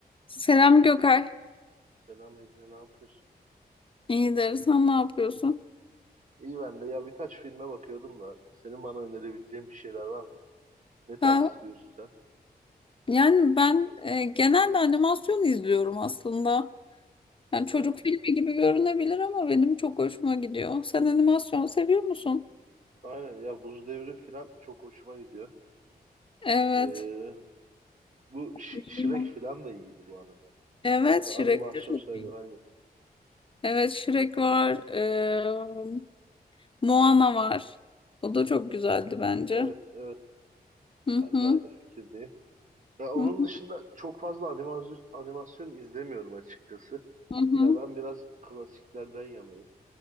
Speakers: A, on the left; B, on the right.
A: Selam Gökay.
B: Selam Ece, ne yapıyorsun?
A: İyidir. Sen ne yapıyorsun?
B: İyi ben de ya birkaç filme bakıyordum da senin bana önerebileceğin bir şeyler var mı? Ne tarz
A: Ha,
B: izliyorsun sen?
A: yani ben e, genelde animasyon izliyorum aslında.
B: Hı-hı.
A: Yani çocuk filmi gibi görünebilir ama benim çok hoşuma gidiyor. Sen animasyon seviyor musun?
B: Aynen ya Buz Devri falan çok hoşuma gidiyor.
A: Evet.
B: Ee, bu Ş-
A: Bilmiyorum.
B: Shrek falan da iyiydi bu arada.
A: Evet,
B: O da
A: Shrek
B: animasyon
A: çok
B: sayılır
A: iyi.
B: aynı.
A: Evet, Shrek var. E, Moana var. O da çok güzeldi bence.
B: Evet evet
A: Hı
B: ben
A: hı.
B: de aynı fikirdeyim. Ya onun
A: Hı hı.
B: dışında çok fazla animasyon, animasyon izlemiyorum açıkçası.
A: Hı hı.
B: Ya ben biraz klasiklerden yanayım.